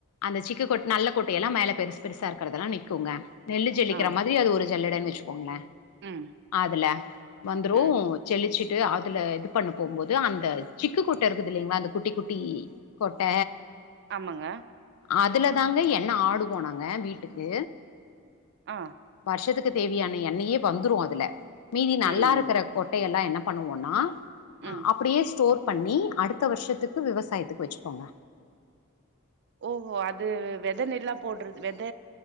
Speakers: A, on the left (about 75°); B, on the right (about 50°).
A: அந்த சிக்க கொட்டை நல்ல கொட்டையெல்லாம் மேலே பெருச பெருசா இருக்கிறதெல்லாம் நிற்கோங்க நெல்லு ஜலிக்கிற
B: ஆ
A: மாதிரி அது ஒரு ஜல்லடு வச்சு கோங்களன்
B: ம்
A: அதுல வந்துரும்
B: ம்
A: செழிச்சுட்டு அதுல இது பண்ண போகும்போது அந்த சிக்கு கொட்ட இருக்கு கு தில்லலைங்களா இந்த குட்டி குட்டி. கொட்ட
B: ஆமாங்க
A: அ துல தாங்க என்ன ஆடுவோம் நாங்க வீட்டுக்கு
B: ஆ
A: வர்ஷத்துக்கு தேவியான எண்ணையே வந்துரு அதுல மீதி
B: ம்
A: நல்லாருக்கிற
B: ம்
A: கொட்டைய எல்லா என்ன பண்ணுவோ நா. அ
B: ம்.
A: அப்படியே ஸ்டோர். பண்ணி அடுத்த வருஷத்துக்கு விவசாயத்துக்கு வெச்சுகோங்க.
B: ஓ ஓ அது வெத நெல்லா போடறது வெத். த